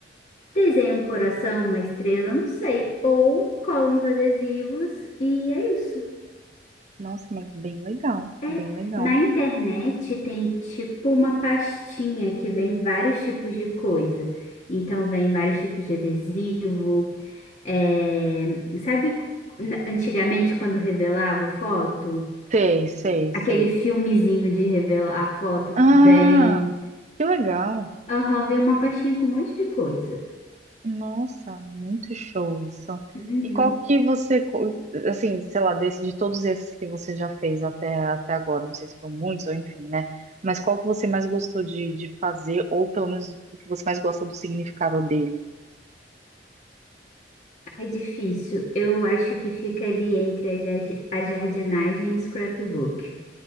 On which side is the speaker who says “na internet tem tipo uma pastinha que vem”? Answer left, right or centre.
Left